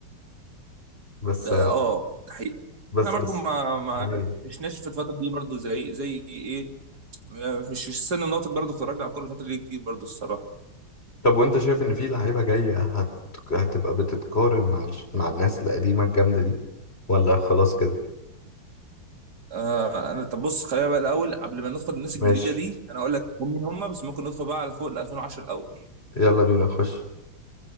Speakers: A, on the left; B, on the right.
A: بس
B: ده آه ده حقيقة
A: بس
B: إحنا برضو
A: بس
B: ما ما
A: تمام.
B: عشناش في الفترة دي برضو زي زي إيه م- مش في السن الناطق برضو اتفرجنا على الكورة الفترة دي كتير برضو الصراحة
A: طب وانت شايف ان في لعيبه جايه هت... هتبقى بتتقارن مع الش- مع الناس القديمه الجامده دي ولا خلاص كده
B: آه أنا طب بص خلينا بقى الأول قبل ما ندخل الناس الجديدة
A: ماشي
B: دي أنا أقول لك هم مين هم بس ممكن ندخل بقى على فوق ال 2010 الأول
A: يلا بينا نخش